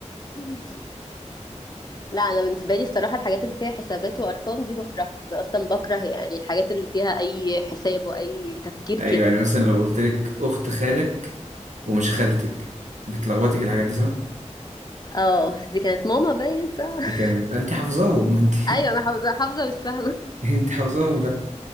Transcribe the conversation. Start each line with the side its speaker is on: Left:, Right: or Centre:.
Left: <laughs> لا انا بالنسبه لي الصراحه الحاجات اللي فيها حسابات وارقام دي بكرهها انا اصلا بكره يعني الحاجات اللي فيها اي حساب واي تفكير
Right: ايوه
Left: كده
Right: يعني مثلا لو قلت لك اخت خالك ومش خالتك بتلخبطك الحاجات دي صح؟
Left: اه دي كانت ماما باين صح
Right: دي كانت انت حافظاهم <laughs> انت
Left: <laughs> ايوه انا حافظه حافظه مش فاهمه
Right: انت حافظاهم